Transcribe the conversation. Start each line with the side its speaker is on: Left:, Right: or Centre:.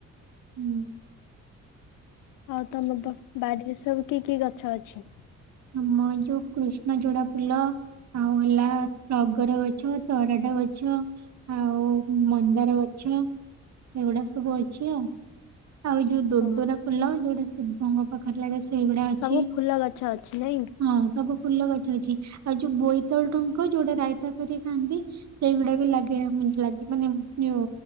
Right: ହୁଁ।
Left: ଆଉ ତମ ବାଡିରେ ସବୁ କି କି ଗଛ ଅଛି?
Right: ଆମ ଏ ଯୋଉ କୃଷ୍ଣ ଚୁଡା ଫୁଲ ଆଉ ହେଲା ଟଗର ଗଛ ତରାଟ ଗଛ। ଛ ଆଉ ମନ୍ଦାର ଗଛ ଏଗୁଡା ସବୁ ଅ ଛି ଆଉ ଆଉ ଯୋଉ ଦୂରଦୂରା
Left: ଓ
Right: ଫୁଲ ଯୋଉଟା ଶିବଙ୍କ ପାଖରେ ଲାଗେ। ସେଇଗୁଡା ଅଛି।
Left: ସବୁ ଫୁଲ ଗଛ ଅଛି ନାଇଁ?
Right: ହଁ ସବୁ ଫୁଲ ଗଛ ଅଛି। ଆଉ ଯୋଉ ବୋଇତାଳୁ ଡଙ୍କ ଯୋଉଟା ରାଇତା କରିକି ଖାଆନ୍ତି ସେଇଗୁଡା ବି ଲାଗେ ଲାଗେ ମାନେ ଜଉ